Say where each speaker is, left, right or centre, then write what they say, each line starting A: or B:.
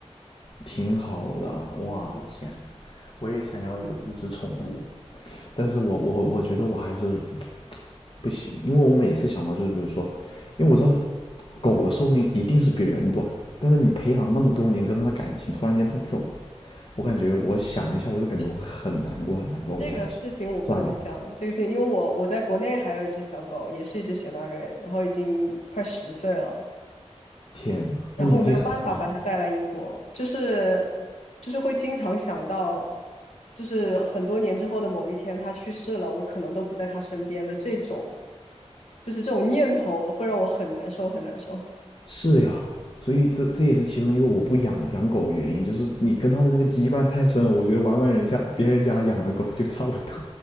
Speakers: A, on the left; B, on the left.
A: 挺好的，我的天呐，我也想要有一只宠物，但是我我我觉得我还是不行，因为我每次想到就是比如说，因为我知道狗的寿命一定是比人短的，但是你培养那么多年跟它的感情，突然间它走了，我感觉我想一下我就感觉我很难过很难过，
B: 这个事情我不能想，
A: 我想算了，
B: 这个事情，因为我我在国内还有一只小狗，也是一只雪纳瑞，然后已经快十岁了。
A: 天呐，
B: 然后我没有办法把它带来英国，
A: 那年纪很大
B: 就是就是会经常想到，就是很多年之后的某一天他去世了，我可能都不在他身边的这种，就是这种念头会让我很难受，很难受，
A: 是的呀，所以这这也是其中一个我不养养狗的原因，就是你跟它的那个羁绊太深了。我觉得玩玩人家别人家养的狗就差不多。